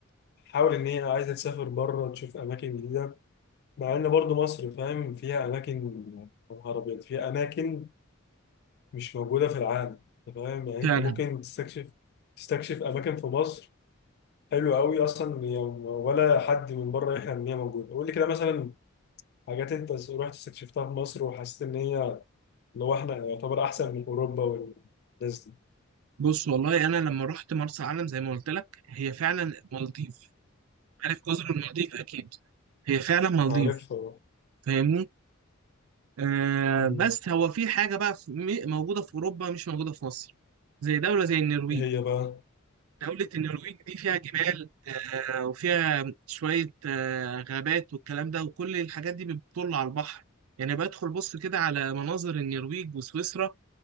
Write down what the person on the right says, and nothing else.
فعلا
بص والله انا لما رحت مرسى علم زي ما قلت لك هي فعلا مالديف عارف جزر المالديف اكيد هي فعلا مالديف
فاهمني آه
بس هو في حاجة بقى في- م- موجودة في اوروبا مش موجودة في مصر زي دولة زي النرويج
دولة النرويج دي فيها جبال آه، وفيها شوية آه، غابات والكلام ده وكل الحاجات دي بتطل على البحر يعني بدخل بص كده على مناظر النرويج وسويسرا